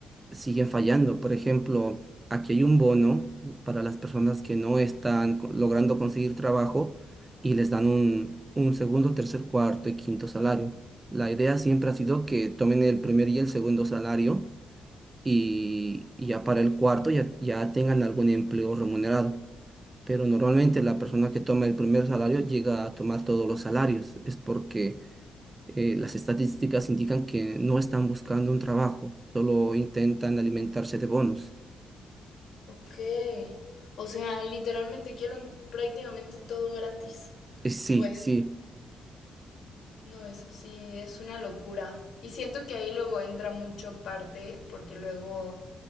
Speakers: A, on the right (about 20°); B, on the left (about 65°).
A: siguen fallando. Por ejemplo, aquí hay un bono para las personas que no están co- logrando conseguir trabajo y les dan un, un segundo, tercer, cuarto y quinto salario. La idea siempre ha sido que tomen el primer y el segundo salario y, y ya para el cuarto ya, ya tengan algún empleo remunerado. Pero normalmente la persona que toma el primer salario llega a tomar todos los salarios. Es porque eh, las estadísticas indican que no están buscando un trabajo, solo intentan alimentarse de bonos.
B: ok. O sea, literalmente quieren prácticamente todo gratis.
A: Eh, sí,
B: Pues,
A: sí,
B: no, eso sí, es una locura. Y siento que ahí luego entra mucho parte, porque luego